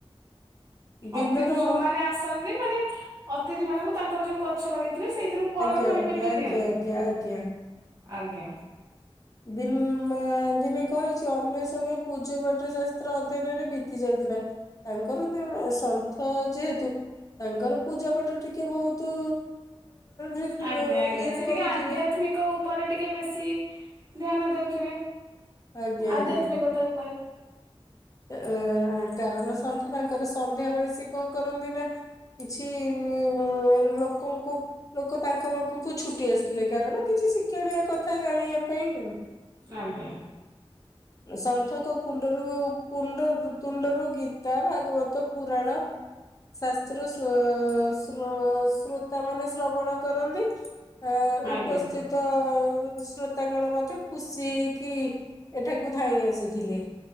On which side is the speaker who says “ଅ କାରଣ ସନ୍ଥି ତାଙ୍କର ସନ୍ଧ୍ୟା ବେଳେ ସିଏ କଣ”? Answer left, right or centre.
Left